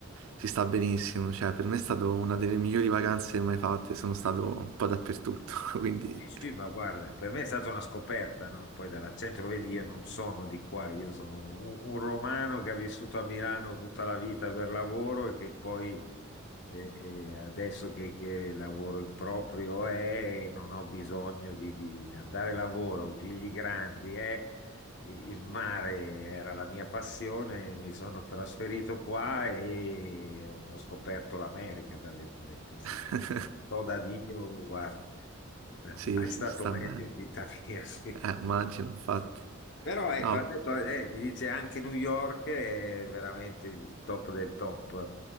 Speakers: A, on the right; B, on the left.
A: Si sta benissimo, cioè per me è stata una delle migliori vacanze mai fatte, sono stato un po' dappertutto, <laughs> quindi
B: Sì, sì, ma guarda, per me è stata una scoperta, no? Poi dall'accento lo vedi, io non sono di qua, io sono un, un romano che ha vissuto a Milano tutta la vita per lavoro e che poi e, e adesso che, che lavoro in proprio è, non ho bisogno di, di andare a lavoro, i figli grandi è, il il mare era la mia passione, mi sono trasferito qua e eh, ho scoperto l'America, tra virgolette, sì.
A: <laughs>
B: Do da Dio, guarda, <laughs>
A: sì,
B: mai
A: sì,
B: stato
A: sta
B: meglio
A: bene.
B: in vita mia. <laughs>
A: Eh, immagino, infatti.
B: Però ecco,
A: No,
B: ha detto, eh, mi dice anche New York è veramente il top del top, eh,